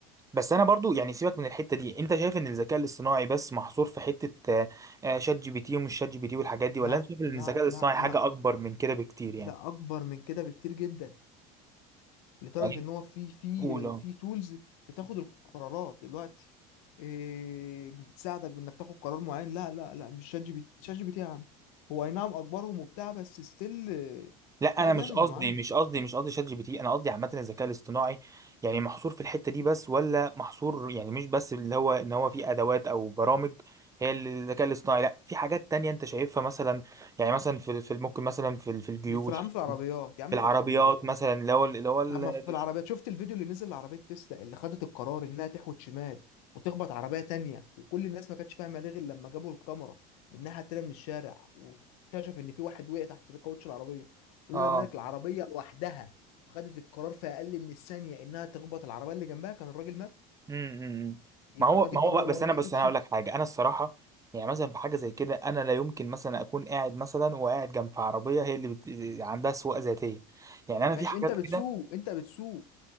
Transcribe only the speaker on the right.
بس انا برضو يعني سيبك من الحته دي انت شايف ان الذكاء الاصطناعي بس محصور في حته آه، آه، شات جي بي تي ومش شات جي بي تي والحاجات دي
ولا انت شايف ان
الذكاء الاصطناعي
حاجه اكبر من كده بكتير
يعني
يعني
قول اه
لا
انا
مش قصدي
مش قصدي مش قصدي شات جي بي تي انا قصدي عامه الذكاء الاصطناعي يعني محصور في الحته دي بس ولا محصور يعني مش بس اللي هو ان هو في ادوات او برامج هي اللي الذكاء الاصطناعي لا في حاجات تانية انت شايفها مثلا يعني مثلا في في ممكن مثلا في في الجيوش
في العربيات
مثلا اللي هو اللي هو ال-
اه
امم امم.
ما هو
ما
هو بقى
بس
انا
بس انا هقول لك حاجه انا الصراحه يعني مثلا في حاجه زي كده انا لا يمكن مثلا اكون قاعد مثلا وقاعد جنب عربيه هي اللي بت... عندها سواقه ذاتيه يعني انا
في حاجات
كده